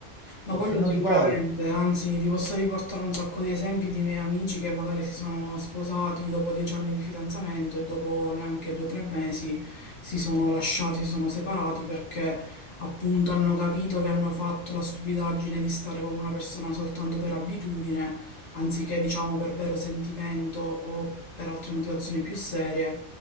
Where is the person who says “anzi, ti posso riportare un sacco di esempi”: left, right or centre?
Left